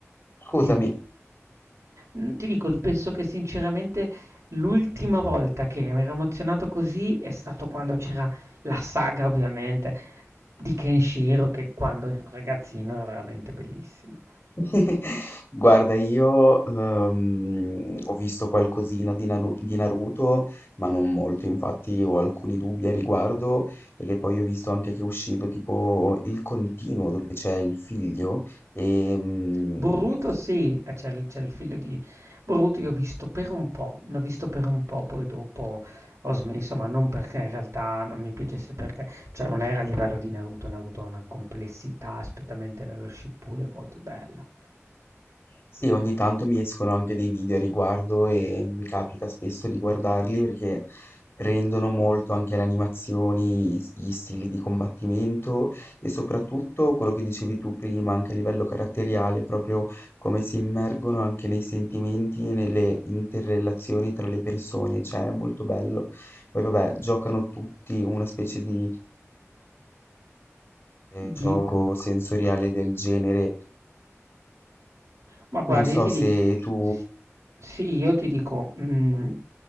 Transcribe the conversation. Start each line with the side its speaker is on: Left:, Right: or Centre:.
Left: scusami.
Right: Dimmi. Mm, Ti dico, penso che sinceramente L'ultima volta che mi ero emozionato così è stato quando c'era la saga, ovviamente, di Kenshiro, che quando ero ragazzino era veramente bellissimo.
Left: <laughs> Guarda, io, uhm, ho visto qualcosina di Naru di Naruto, ma non molto, infatti ho alcuni dubbi a riguardo, perché poi ho visto anche che è uscito tipo il continuo dove c'è il figlio, ehm
Right: Boruto sì, eh, c'è il, c'è il figlio di Boruto, io ho visto per un po', l'ho visto per un po', poi dopo ho smesso, ma non perché in realtà non mi piacesse, perché cioè non era a livello di Naruto, Naruto ha una complessità, aspettamente nello Shippuden molto bella.
Left: Sì, ogni tanto mi escono anche dei video a riguardo e mi capita spesso di guardarli perché prendono molto anche le animazioni, i- gli stili di combattimento e soprattutto quello che dicevi tu prima, anche a livello caratteriale, proprio come si immergono anche nei sentimenti e nelle interrelazioni tra le persone, cioè è molto bello. Poi vabbè, giocano tutti una specie di eh, gioco
Right: Di-
Left: sensoriale del genere.
Right: Ma guarda,
Left: Non
Right: io
Left: so
Right: ti di-
Left: se tu...
Right: s- sì, io ti dico, mh,